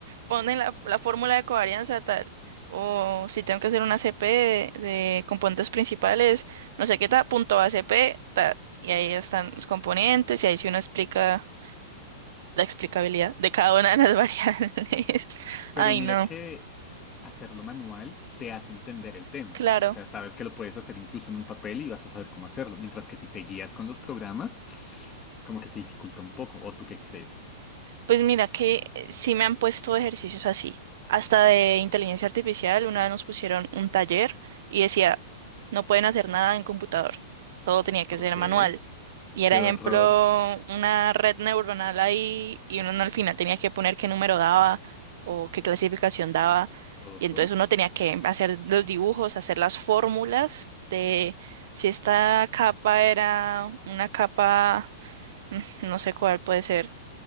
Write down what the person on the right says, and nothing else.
pone la, la fórmula de covarianza tal, o si tengo que hacer una CP de, de componentes principales, no sé qué tal, punto a c p tal, y ahí están los componentes, y ahí sí uno explica la explicabilidad de cada una de las <laughs> variables.
Ay,
no,
claro.
Pues mira que eh, sí me han puesto ejercicios así, hasta de inteligencia artificial. Una vez nos pusieron un taller y decía, no pueden hacer nada en computador, todo tenía que
ser manual. Y
era ejemplo
una red neuronal ahí y uno al final tenía que poner qué número daba o qué clasificación daba.
Y entonces uno tenía que hacer los dibujos, hacer las fórmulas de si esta capa era una capa, <laughs> mm, no sé cuál puede ser